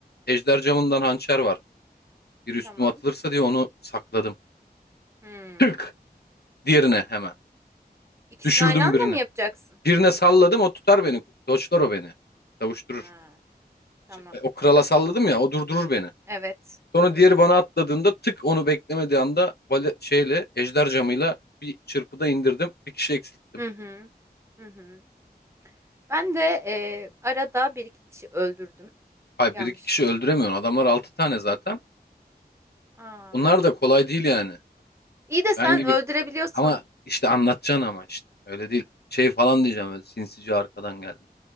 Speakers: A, on the left; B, on the right.
A: Ejder camından hançer var. Bir üstüme
B: Tamam.
A: atılırsa diye onu sakladım.
B: Hmm.
A: Tık! Diğerine hemen.
B: İkisini
A: Düşürdüm
B: aynı anda
A: birini.
B: mı yapacaksın?
A: Birine salladım o tutar beni. Doçlar o beni. Savuşturur.
B: Ha, tamam.
A: Şey, e, O krala salladım ya o durdurur beni.
B: Evet. Durdurur.
A: Sonra diğeri bana atladığında tık onu beklemediği anda vale, şeyle ejder camıyla bir çırpıda indirdim. Bir kişi eksilttim.
B: Hı hı. Hı hı. Ben de e, arada bir iki kişi öldürdüm.
A: Hayır
B: Yanlışlıkla.
A: bir iki kişi öldüremiyorsun. Adamlar altı tane zaten.
B: Aa.
A: Onlar da kolay değil yani.
B: İyi de sen
A: Ben gibi
B: öldürebiliyorsun.
A: ama işte anlatacaksın ama işte. Öyle değil. Şey falan diyeceğim böyle sinsice arkadan geldi.